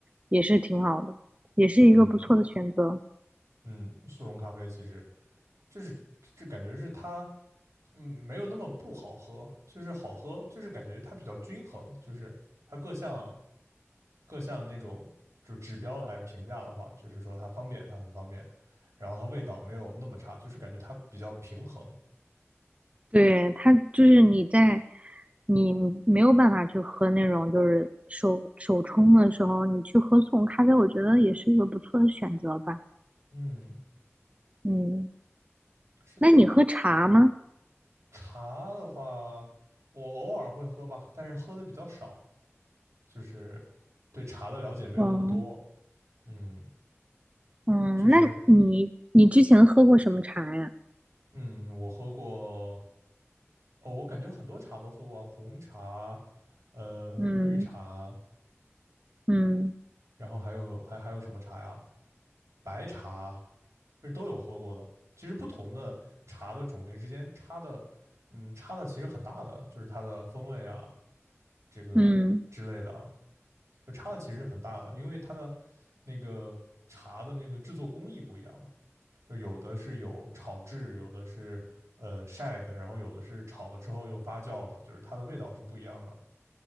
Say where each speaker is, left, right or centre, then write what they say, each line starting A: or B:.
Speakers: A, on the right; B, on the right.
A: 也是挺好的，也是一个不错的选择。
B: 嗯嗯，速溶咖啡其实就是这感觉是它嗯没有那么不好喝，就是好喝，就是感觉它比较均衡，就是它各项啊各项那种就指标来评价的话，就是说它方便，它很方便，然后它味道没有那么差，就是感觉它比较平衡。
A: 对，它就是你在你没有办法去喝那种就是手手冲的时候，你去喝速溶咖啡，我觉得也是一个不错的选择吧。
B: 嗯，
A: 嗯，
B: 是的呀。
A: 那你喝茶吗？
B: 茶的话，我偶尔会喝吧，但是喝的比较少，就是对茶的了解没有那么多。
A: 哦，
B: 嗯，
A: 嗯，
B: 就是
A: 那你你之前喝过什么茶呀？
B: 嗯，我喝过，哦，我感觉很多茶都喝过啊，红茶，呃，
A: 嗯
B: 绿茶，
A: 嗯
B: 然后还有还还有什么茶呀？白茶，是都有喝过的。其实不同的茶的种类之间差的，嗯，差的其实很大的，就是它的风味啊，这个之类的啊，
A: 嗯，
B: 就差的其实很大的，因为它的那个茶的那个制作工艺不一样嘛，就有的是有炒制，有的是呃晒的，然后有的是炒了之后又发酵的，就是它的味道是不一样的，